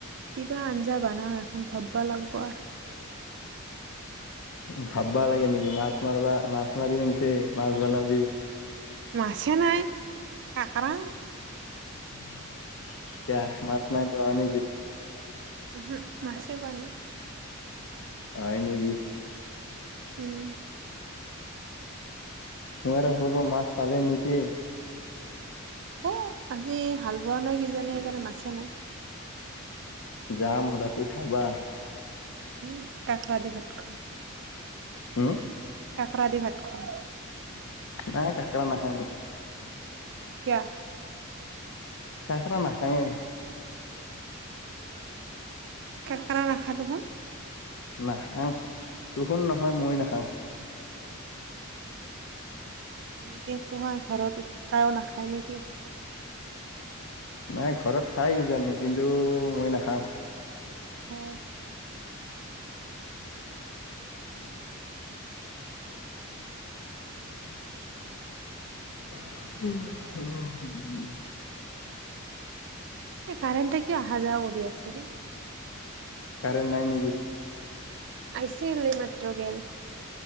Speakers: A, on the right; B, on the left.
A: কি বা আঞ্জা বানাও এখন, ভাববা লাগব আৰ।
B: ভাববা লাগে নেকি? মাছ মাৰবা মাছ মাৰি আনছে মাছ বানাবি।
A: মাছে নাই কাঁকৰা।
B: <unintelligible> মাছ পোৱা নাই নেকি?
A: উমহু! মাছে পোৱা নাই।
B: হয় নেকি?
A: উম।
B: মই আৰু ভাবিলোঁ মাছ পালে নেকি।
A: অ' আজি হাল বোৱা নাই কিজানি, সেইকাৰণে মাছে নাই।
B: যাম ৰাতি খাবা।
A: আহি কাকৰা দি ভাত খোৱাম।
B: হুম?
A: কাকৰা দি ভাত খোৱাম।
B: নাই কাকৰা নাখাং।
A: কিয়া?
B: কাকৰা নাখাঙে।
A: <unintelligible>
B: নাখাঙ, তুহোন নহয়, মই নাখাং।
A: অঁ। <unintelligible> ঘৰত কায়ো নাখায় নেকি?
B: নাই ঘৰত খাই কিজানি, কিন্তু মই নাখাং।
A: আহ'!
B: <unintelligible>
A: এই কাৰেণ্টে কিয় অহা যোৱা কৰি আছে?
B: কাৰেন্ট নাই নেকি?
A: আহিছিল এইমাত্ৰ গেল।